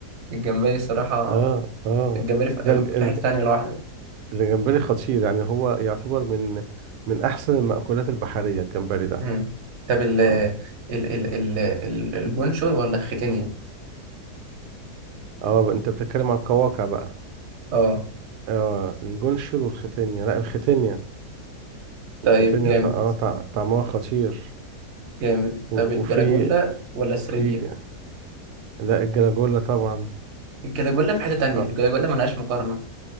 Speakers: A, on the right (about 55°); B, on the right (about 80°).
A: الجمبري الصراحه
B: اه اه
A: الجمبري في
B: ده الج-
A: في
B: الج-
A: حته تانية لوحده
B: الجمبري خطير يعني هو يعتبر من من احسن المأكولات البحرية الجمبري ده
A: مم. طب ال ال
B: اه
A: ال ال ال- الجونشور ولا الختينيا
B: اه بقى انت بتتكلم عن القواقع بقى
A: اه
B: اه الجونشر والختانية لا الختانية
A: طيب
B: الختانية
A: جامد
B: ط- اه ط- طعمها خطير
A: جامد
B: و-
A: طب الجلاجولا
B: وفي
A: ولا السريديا
B: وفي ج- لا الجلاجولا طبعا
A: الجلاجولا في حتة تانية
B: اه
A: الجلاجولا ملهاش مقارنة